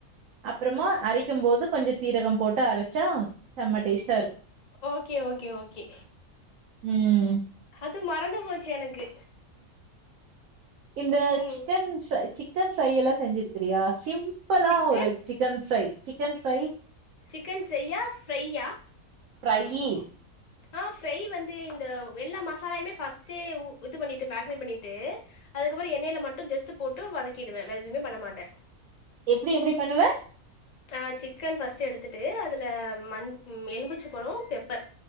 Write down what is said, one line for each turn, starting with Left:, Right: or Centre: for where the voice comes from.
Right: அப்பறமா அரைக்கு போது கொஞ்சோ சீரக போட்டு அரச்சா செம்ம டேஸ்
Left: ஓகே ஓகே ஓகே
Right: ம்
Left: அது மறந்து போச்சு எனக்கு
Right: இந்த
Left: ம்
Right: சிக்கன்ஸு சிக் சிக்கன் ஃப்ரை எல்லா செஞ்சிருக்கிறியா சிம்பிளா
Left: chicken
Right: ஒரு chicken fry chicken fry
Left: chicken செய்யா ஃப்ரையா
Right: ஃப்ரைய்
Left: ஆ ஃப்ரை வந்து இந்த எல்லா மசாலயுமே ஃபர்ஸ்ட்டே ஊ இது பண்ணிட்டு மேக்னேட் பண்ணிட்டு அதுக்கப்பறோ எண்ணெய்ல மட்டு ஜஸ்ட் போட்டு வதக்கிடுவே வேறு எதுமே பண்ண மாட்டே
Right: எப்டி எப்டி பண்ணுவ
Left: அ சிக்கன் ஃபர்ஸ்ட்ட் எடுத்துட்டு அதுல மண் மம் எலும்புச்ச பழோ பெப் பர்